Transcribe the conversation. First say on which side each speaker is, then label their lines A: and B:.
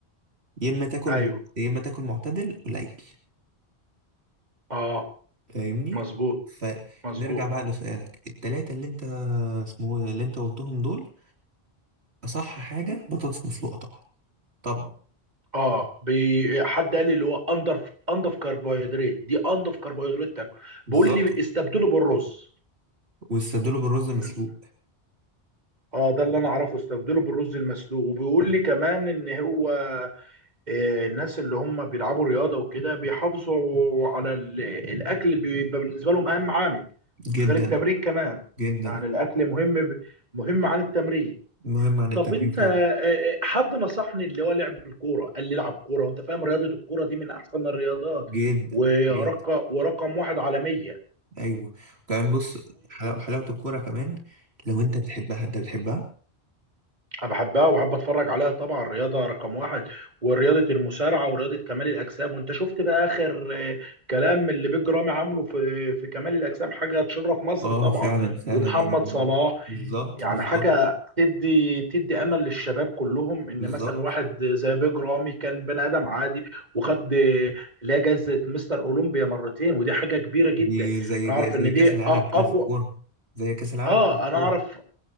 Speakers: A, on the right; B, on the right.
A: يا اما تاكل
B: أيوه
A: م- يا اما تاكل معتدل قليل
B: أه
A: فاهمني
B: مظبوط
A: فنرجع
B: مظبوط
A: بقى لسؤالك التلاتة اللي انت اسمه ايه اللي انت قلتهم دول اصح حاجه بطاطس مسلوقه طبعا طبعا
B: اه بي... حد قال لي اللي هو انضف انضف كربوهيدرات دي انضف كربوهيدرات تاكل
A: بالظبط
B: بيقول لي استبدله بالرز
A: والصدور بالرز مسلوق
B: مم. اه ده اللي انا اعرفه استبدله بالرز المسلوق وبيقول لي كمان ان هو آه الناس اللي هم بيلعبوا رياضه وكده بيحافظوا على ال... الاكل بيبقى بالنسبه لهم اهم عامل
A: جدا
B: غير التمرين كمان
A: جدا
B: يعني الاكل مهم ب... مهم عن التمرين
A: مهم عن التمرين
B: طب انت
A: فعلا
B: آه، آه، حد نصحني اللي هو لعب الكوره قال لي العب كوره وانت فاهم رياضه الكوره دي من احسن الرياضات
A: جدا
B: ورقم
A: جدا
B: ورقم واحد عالميه
A: ايوه كمان بص حلاوة حلاوة الكورة كمان لو انت بتحبها انت بتحبها
B: وبحبها وبحب اتفرج عليها طبعا الرياضه رقم واحد ورياضه المصارعه ورياضه كمال الاجسام وانت شفت بقى اخر آه، كلام اللي بيج رامي عامله في في كمال الاجسام حاجه تشرف مصر
A: اه
B: طبعا
A: فعلا فعلا
B: ومحمد
A: يعني
B: صلاح
A: بالظبط
B: يعني
A: بالظبط
B: حاجة تدي تدي أمل للشباب كلهم إن
A: بالظبط
B: مثلا واحد زي بيج رامي كان بني آدم عادي وخد اللي هي جايزة مستر أولمبيا مرتين ودي حاجة كبيرة جدا
A: دي زي
B: أنا أعرف
A: زي
B: إن
A: كأس
B: دي أ-
A: العالم
B: أقوى
A: كده في الكورة زي كأس العالم
B: آه
A: كده في الكورة
B: أنا أعرف